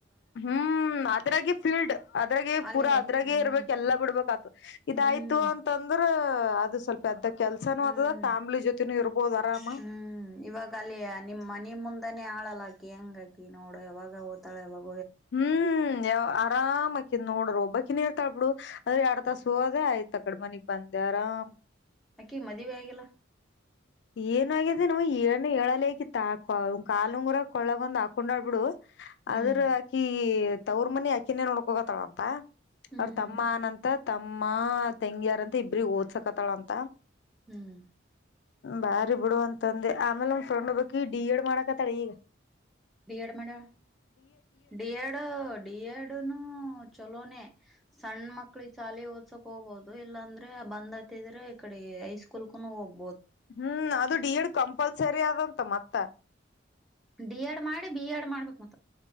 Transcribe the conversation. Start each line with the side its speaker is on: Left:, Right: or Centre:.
Left: ಹ್ಮ್ ಅದ್ರಾಗೆ ಫೀಲ್ಡ್ ಅದ್ರಾಗೆ
Centre: ಅಲ್ಲಿ
Left: ಪೂರಾ ಅದ್ರಾಗೇ
Centre: ಹ್ಮ್
Left: ಇರ್ಬೇಕ ಎಲ್ಲಾ ಬಿಡ್ಬೇಕ ಆತ ಇದಾಯ್ತು
Centre: ಹ್ಮ್
Left: ಅಂತಂದ್ರ ಅದು ಸ್ವಲ್ಪ ಅದ ಕೆಲ್ಸನೂ
Centre: ಹ್ಮ್
Left: ಆತದ ಫ್ಯಾಮ್ಲಿ ಜೊತೆನೂ ಇರ್ಬೋದ್ ಆರಾಮ
Centre: ಹ್ಮ್ ಇವಾಗ ಅಲ್ಲಿ ನಿಮ್ ಮನ ಮುಂದಾನೇ ಹಾಳಲ್ಲ ಅಕಿ ಹೆಂಗ ಹಾಕಿ ನೋಡು ಯಾವಾಗ ಹಓತಾಳ ಯಾವಾಗ
Left: ಹ್ಮ್ ಯವ್ವ ಆರಾಮಕಿನ್ ನೋಡ್ರ ಒಬ್ಬಕಿನ್ ನೀರ್ತಾಳ್ಬ ಬಿಡು ಅಂದ್ರೆ ಎರಡ್ ತಾಸ ಹೋದೆ ಆಯ್ತ ಆ ಕಡ ಮನಿಗ್ ಬಂದೆ ಆರಾಮ್
Centre: ಹಕ್ಕಿ ಮದ ವಗಲ್ಲ
Left: ಏನಾಗಿದೆ ನಾ ಏನ್ ಹೇಳಲಕಿ ಕಾಲುಂಗರ ಕೊಳ್ಳಗೊಂದ್ ಹಾಕೊಂಡ ಆಡ್ಬಿಡು.
Centre: ಹ್ಮ್
Left: ಆದ್ರು ಹಾಕಿ ತವ್ರ ಮನಿ ಆಕಿನೇ ನೋಡ್ಕ ಹೋಗತಳ ಅಂತ.
Centre: ಹ್ಮ್
Left: ಅವ್ರ
Centre: ಹ್ಮ್
Left: ತಮ್ಮ ಅನಂತ ತಮ್ಮ ತಂಗಿರ ಮ ಇಬ್ರ ಓದ್ಸಕತ್ತಾಳ ಅಂತ.
Centre: ಹ್ಮ್
Left: ಬಾರಿ ಬಿಡು ಅಂತಂದೆ ಆಮೇಲೆ ಒಮ್ ಫ್ರೆಂಡ್ ಹೋಗಬಕಿ ಡಿ ಎಡ್ ಮಾಡಕತ್ತಾಳ ಈಗ.
Centre: ಡಿ ಎಡ್ ಮಾಡ್ಯಾ ಡಿ ಎಡ್ ಡಿ ಎಡ್ನು ಚಲೋನನೆ ಸಣ್ಣ ಮಕ್ಳ ಚಾಲೆ ಓದಸಕ್ ಹೋಗ್ಬಹುದು ಇಲ್ಲಾ ಅಂದ್ರೆ ಬಂದ್ತಿದ್ರೆ ಈ ಕಡೆ ಹೈಸ್ಕೂಲ್ ಕುನು ಹೋಗಬಹುದು.
Left: ಹ್ಮ್ ಅದು ಡಿ ಎಡ್ ಕಂಪಲ್ಸರಿ ಆದಂತ ಮತ್ತ
Centre: ಬಿ ಎಡ್ ಮಾಡಿ ಬಿ ಎಡ್ ಮಾಡ್ಬೇಕು ಮತ್ತ